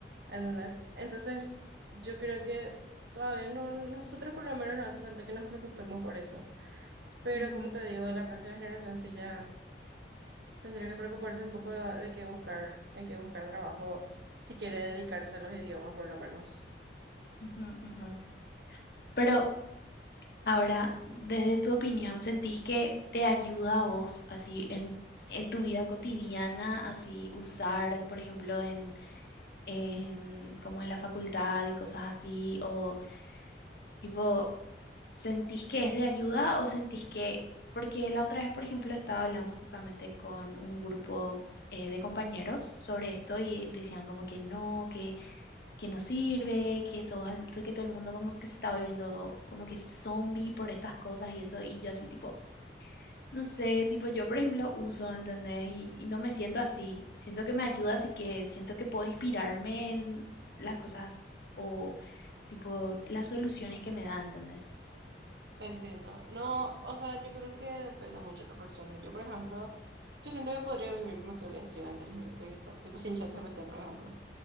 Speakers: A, on the right; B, on the left.
A: ¿Entendés? Entonces, yo creo que todavía no, nosotros por lo menos no hace falta que nos preocupemos por eso. Pero
B: ujú,
A: como te digo, la próxima generación sí ya tendría que preocuparse un poco de, de qué buscar, en qué buscar trabajo, si quiere dedicarse a los idiomas por lo menos.
B: ujú, ujú. Pero ahora, desde tu opinión, ¿sentís que te ayuda a vos así en, en tu vida cotidiana, así usar, por ejemplo, en, en como en la facultad y cosas así, o tipo ¿Sentís que es de ayuda o sentís que, porque la otra vez, por ejemplo, estaba hablando justamente con un grupo eh, de compañeros sobre esto y decían como que no, que, que no sirve, que todo, el- que todo el mundo como que se está volviendo como que zombie por estas cosas y eso, y yo así tipo, no sé, tipo yo por ejemplo uso, ¿entendés? Y, y no me siento así, siento que me ayuda, así que siento que puedo inspirarme en las cosas o tipo las soluciones que me da, ¿entendés?
A: Entiendo. No, o sea, yo creo que depende mucho de la persona. Yo, por ejemplo, yo siento que podría vivir demasiado bien sin la inteligencia artificial, tipo sin ChatGPT, por ejemplo.